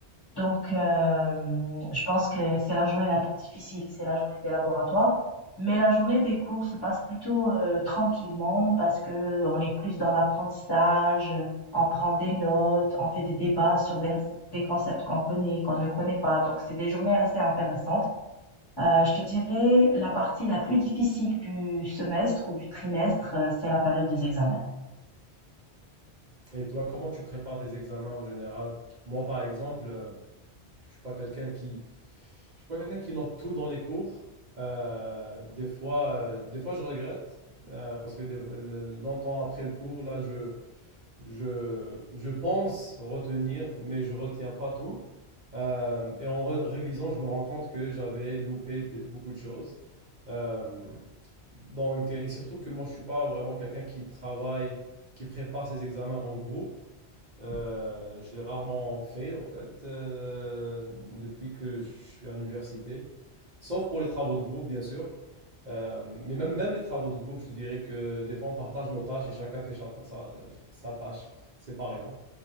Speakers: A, on the left; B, on the right.
A: Donc, hem, je pense que c'est la journée la plus difficile, c'est la journée des laboratoires. Mais la journée des cours se passe plutôt, heu, tranquillement parce que on est plus dans l'apprentissage, on prend des notes, on fait des débats sur des des concepts qu'on connaît, qu'on ne connaît pas. Donc c'est des journées assez intéressantes. Heu, je te dirais la partie la plus difficile du semestre ou du trimestre, heu, c'est la période des examens.
B: Et toi, comment tu prépares tes examens en général? Moi, par exemple, je je ne suis pas quelqu'un qui Je suis pas quelqu'un qui note tout dans les cours. Euh, des fois, euh, des fois, je regrette euh, parce que des- le- longtemps après le cours, là, je, je, je pense retenir, mais je retiens pas tout. Euh, et en re- révisant, je me rends compte que j'avais loupé des- beaucoup de choses. Euh, donc, et surtout que moi, je suis pas vraiment quelqu'un qui travaille, qui prépare ses examens en groupe. Euh, je l'ai rarement fait, en fait, euh, depuis que je suis à l'université. Sauf pour les travaux de groupe, bien sûr. Euh, mais même, même les travaux de groupe, je te dirais que des fois, on partage nos tâches et chacun fait cha- sa, sa tâche séparément.